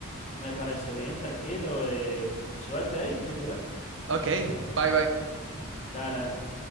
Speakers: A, on the left; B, on the right.
A: Me parece bien, tranquilo, eh, suerte ahí, literal.
B: Ok, bye bye.
A: Dale, dale.